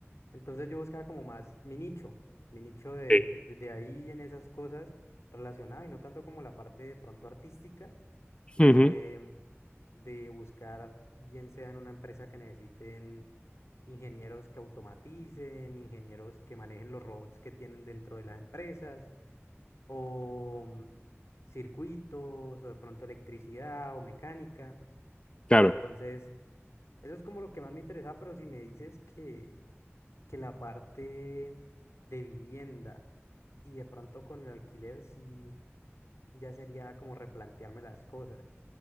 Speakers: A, on the left; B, on the left.
A: entonces yo buscaba como más mi nicho, mi nicho de,
B: Sí.
A: de, de- de ahí en esas cosas relacionadas y no tanto como la parte de pronto artística, sino
B: Ujú.
A: de, de buscar, bien sea en una empresa que necesiten ingenieros que automaticen, ingenieros que manejen los robots que tienen dentro de las empresas, o mm, circuitos, o de pronto electricidad o mecánica.
B: Claro,
A: Entonces... Eso es como lo que más me interesaba, pero si me dices que, que la parte de vivienda y de pronto con el alquiler, sí, ya sería como replantearme las cosas.